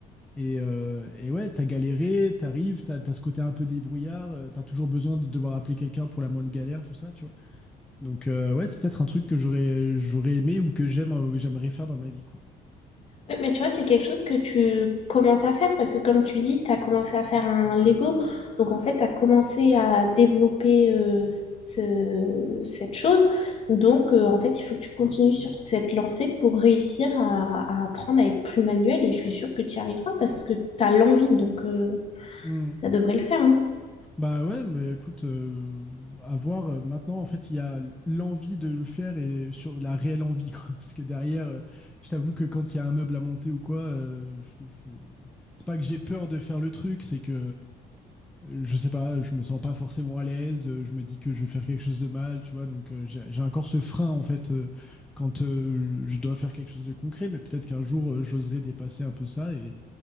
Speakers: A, in the centre; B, on the left.
A: Et, euh, et ouais, t'as galéré, t'arrives, t'as, t'as ce côté un peu débrouillard, euh, pas toujours besoin de devoir appeler quelqu'un pour la moindre galère, tout ça, tu vois. Donc euh, ouais, c'est peut-être un truc que j'aurais, j'aurais aimé ou que j'aime, euh, j'aimerais faire dans ma vie, quoi.
B: Ouais, mais tu vois, c'est quelque chose que tu commences à faire parce que comme tu dis, tu as commencé à faire un Lego. Donc en fait, tu as commencé à développer euh, ce- cette chose. Donc euh, en fait, il faut que tu continues sur cette lancée pour réussir à, à apprendre à être plus manuel. Et je suis sûre que tu y arriveras parce que tu as l'envie. Donc euh,
A: Hmm.
B: ça devrait le faire, hein.
A: Bah ouais, mais écoute, euh, à voir. Euh, Maintenant, en fait, il y a l'envie de le faire et sur la réelle envie, quoi. <laughs> Parce que derrière, euh, je t'avoue que quand il y a un meuble à monter ou quoi, euh, je- je- c'est pas que j'ai peur de faire le truc, c'est que euh, je sais pas, je me sens pas forcément à l'aise. euh, je me dis que je vais faire quelque chose de mal, tu vois. Donc euh, j'ai j'ai encore ce frein en fait euh, quand euh, je dois faire quelque chose de concret. Mais peut-être qu'un jour euh, j'oserai dépasser un peu ça et,